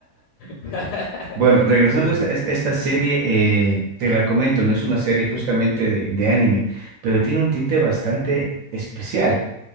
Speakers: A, on the left; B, on the right.
A: <laughs>
B: Bueno, regresando
A: Sí,
B: a
A: bro.
B: esta, esta- esta serie, eh, te la comento, no es una serie justamente de, de anime, pero tiene un tinte bastante especial